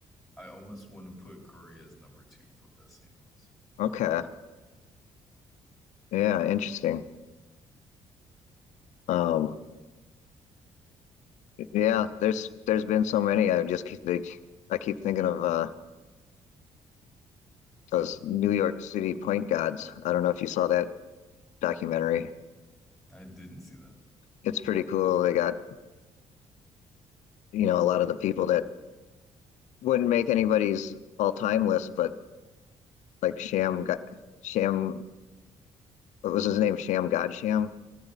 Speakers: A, in the centre; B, on the left.
A: I almost want to put Curry as number two for best handles.
B: Okay. Yeah, interesting. Um, yeah, there's there's been so many. I just keep they, I keep thinking of uh those New York City point gods. I don't know if you saw that documentary.
A: I didn't see that.
B: It's pretty cool. They got, you know, a lot of the people that wouldn't make anybody's all-time list, but like Sham Ga- Sham what was his name? Sham Godsham.